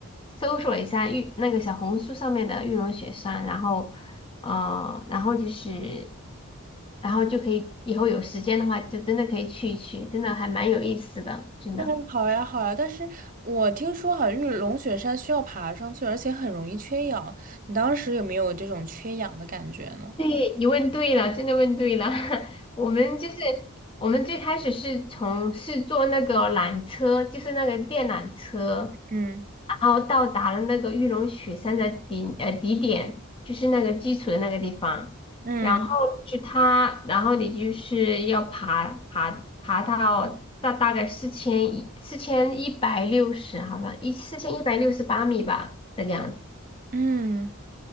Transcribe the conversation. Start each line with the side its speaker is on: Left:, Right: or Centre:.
Left: 搜索一下玉那个小红书上面的玉龙雪山，然后呃，然后就是，然后就可以以后有时间的话，就真的可以去一去，真的还蛮有意思的，真的。
Right: 对啊，好呀，好呀。但是我听说好像玉龙雪山需要爬上去，而且很容易缺氧。你当时有没有这种缺氧的感觉呢？
Left: 对，你问对了，真的问对了。<laughs> 我们就是我们最开始是从是坐那个缆车，就是那个电缆车，
Right: 嗯。
Left: 然后到达了那个玉龙雪山的底呃底点，就是那个基础的那个地方。
Right: 嗯
Left: 然后去它，然后你就是要爬爬爬到大大概四千一四千一百六十，好像一四千一百六十八米吧，这个样子。
Right: 嗯。